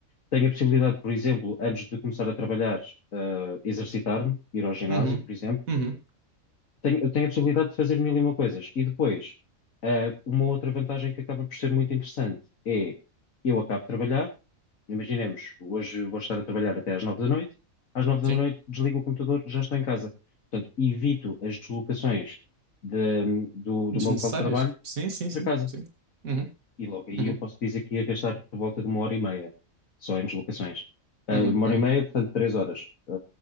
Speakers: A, on the left; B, on the right.
A: Tenho a possibilidade, por exemplo, antes de começar a trabalhar, uh, exercitar-me, ir ao ginásio,
B: uhum,
A: por exemplo
B: uhum.
A: tenho, eu tenho a possibilidade de fazer mil e uma coisas. E depois, ah, uma outra vantagem que acaba por ser muito interessante é eu acabo de trabalhar, imaginemos, hoje vou estar a trabalhar até às nove da noite, às nove da
B: Sim.
A: noite desligo o computador, já estou em casa. Portanto, evito as deslocações de- do, do
B: Desnecessárias?
A: meu local de trabalho
B: Sim, sim,
A: para
B: sim,
A: casa.
B: sim. Uhum,
A: E logo aí
B: uhum,
A: eu posso dizer que ia gastar por volta de uma hora e meia só em deslocações. Ah,
B: uhum,
A: uma
B: uhum.
A: hora e meia, portanto, três horas, ah,